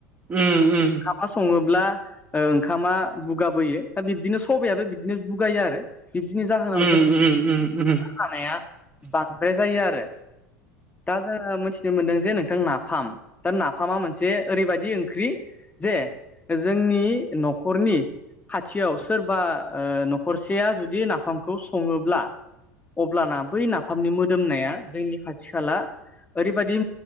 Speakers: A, on the right; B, on the left.
A: ओम ओम
B: अनला सङोब्ला ओ ओंखामा बुगाबोयो दा बिब्दिनो सबाइआबो बिदिनो बुगायो आरो। बिब्दिनि जाहोनाव
A: उम
B: जों
A: उम उम उम
B: जानाया बांद्राय जायो आरो। मिथिनो मोनदों जे नोंथां नाफाम। दा नाफामा मोनसे ओरैबायदि ओंख्रि जे जोंनि न'खरनि खाथियाव सोरबा न'खरसेया जुदि नाफामखौ सङोब्ला अब्लाना बै नाफामनि मोदोमनाया जोंनि खाथि खाला ओरैबायदि